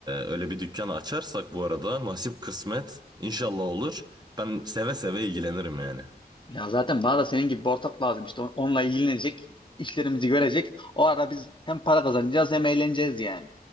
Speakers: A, on the right; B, on the left.
A: öyle bir dükkan açarsak bu arada nasip kısmet inşallah olur. Ben seve seve ilgilenirim yani.
B: Ya zaten bana da senin gibi bir ortak lazım. İşte on- onunla ilgilenecek, işlerimizi görecek. O ara biz hem para kazanacağız hem eğleneceğiz yani.